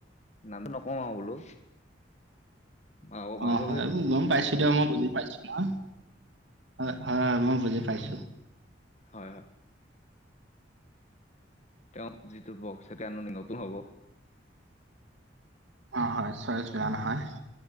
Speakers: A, on the left (about 40°); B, on the right (about 75°).
A: নামটো নকওঁ আও বোলো। মাঘ মাঘৰ
B: অ হয়
A: বিহুত
B: এইবোৰ গম পাইছো দিয়ক মই বুজি পাইছো নহয় হয় হয় মই বুজি পাইছো।
A: হয় হয়। তেওঁ যিটো বক্স সেইটো আনো নেকি নতুন হব।
B: অ হয় চয়জ বেয়া নহয়।